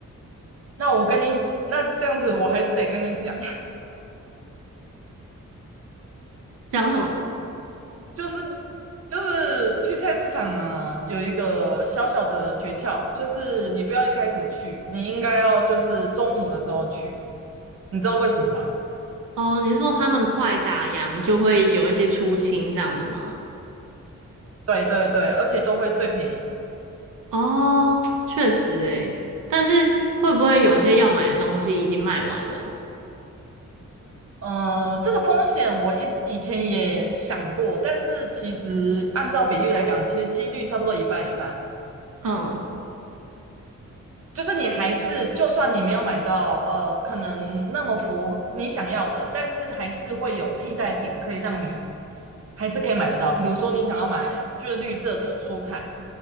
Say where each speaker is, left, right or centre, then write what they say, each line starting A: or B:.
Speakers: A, on the right (about 50°); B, on the right (about 85°).
A: 那我跟你，那这样子我还是得跟你讲，
B: <laughs> 讲什么？
A: 就是就是去菜市场啊，有一个小小的诀窍，就是你不要一开始去，你应该要就是中午的时候去，你知道为什么吗？
B: 哦，你是说他们快打烊就会有一些出清这样子吗？
A: 对对对，而且都会最便宜。
B: 哦，<tsk> 确实诶，但是会不会有些要买的东西已经卖完了？
A: 嗯、这个风险我一直以前也想过，但是其实按照比例来讲，其实几率差不多一半一半。
B: 嗯。
A: 就是你还是，就算你没有买到，呃，可能那么符合你想要的，但是还是会有替代品可以让你还是可以买得到。比如说你想要买就是绿色的蔬菜，